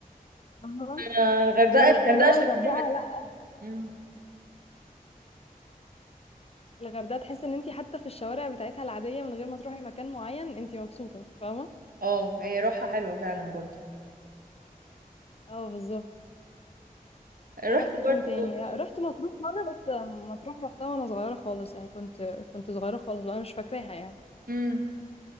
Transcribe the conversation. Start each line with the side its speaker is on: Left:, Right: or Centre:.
Left: أها.
Right: آه، الغردقه
Left: خلاص
Right: الغردقه
Left: إنما
Right: عشان
Left: الغردقة
Right: فيها مد-
Left: لأ
Right: مم.
Left: الغردقة تحس إن أنت حتى في الشوارع بتاعتها العادية من غير ما تروحي مكان معين أنت مبسوطة فاهمة
Right: اه هي روحها حلوه فعلا برضو
Left: اه بالظبط ورحت
Right: رحت
Left: فين
Right: برضو
Left: تاني رحت مطروح مرة بس مطروح رحتها وأنا صغيرة خالص يعني كنت كنت صغيرة خالص بقى أنا مش فاكراها يعني
Right: مم.